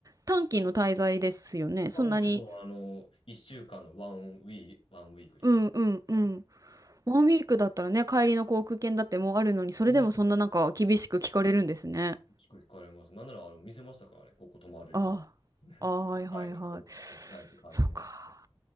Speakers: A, on the right (about 35°); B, on the left (about 70°).
A: 短期の滞在ですよね。そんなに。
B: まあ、もちろん、あの、1週間のワンウィーク、ワンウィークですね。
A: うんうんうん。
B: はい。
A: ワンウィークだったらね、帰りの航空券だってもうあるのに、それでもそんななんか厳しく聞かれるんですね。
B: あもちろん結構行かれます。なんなら、あの、見せましたからね。ここ泊まる、
A: ああ、
B: ま
A: ああはいはいはい。
B: あ、はい、こう、何時帰ります。
A: そうか。